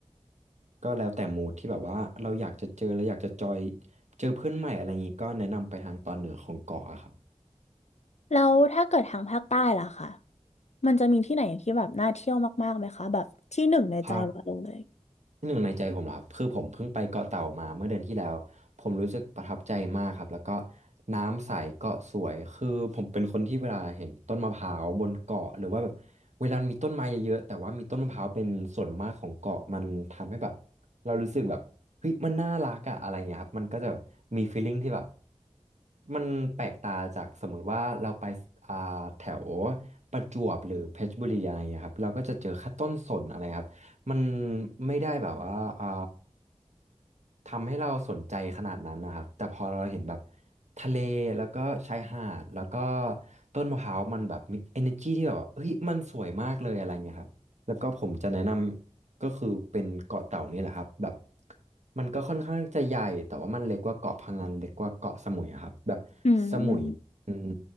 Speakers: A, on the right; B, on the left.
A: ก็แล้วแต่มูดที่แบบว่าเราอยากจะเจอเราอยากจะจอยเจอเพื่อนใหม่อะไรอย่างงี้ก็แนะนำไปทางตอนเหนือของเกาะอะครับ
B: แล้วถ้าเกิดทางภาคใต้ล่ะค่ะมันจะมีที่ไหนที่แบบน่าเที่ยวมากๆไหมคะแบบที่หนึ่งในใจวาโลเลย
A: ภาค ที่หนึ่งในใจผมเหรอครับคือผมเพิ่งไปเกาะเต่ามาเมื่อเดือนที่แล้วผมรู้สึกประทับใจมากครับแล้วก็น้ำใสเกาะสวยคือผมเป็นคนที่เวลาเห็นต้นมะพร้าวบนเกาะหรือว่าแบบเวลามีต้นไม้เยอะๆแต่ว่ามีต้นมะพร้าวเป็นส่วนมากของเกาะมันทำให้แบบเรารู้สึกแบบเฮ้ยมันน่ารักอะอะไรเงี้ยครับมันก็จะมีฟีลลิ่งที่แบบมันแปลกตาจากสมมุติว่าเราไปอ่าแถวประจวบหรือเพชรบุรีอะไรเงี้ยครับเราก็จะเจอแค่ต้นสนอะไรครับ มันไม่ได้แบบว่าอ่าทำให้เราสนใจขนาดนั้นนะครับแต่พอเราเห็นแบบทะเลแล้วก็ชายหาดแล้วก็ต้นมะพร้าวมันแบบมี energy ที่แบบว่าเฮ้ยมันสวยมากเลยอะไรเงี้ยครับแล้วก็ผมจะแนะนำก็คือเป็นเกาะเต่านี่แหละครับแบบมันก็ค่อนข้างจะใหญ่แต่ว่ามันเล็กกว่าเกาะพะงันเล็กกว่าเกาะสมุยอะครับแบบ
B: อืม
A: สมุยอืม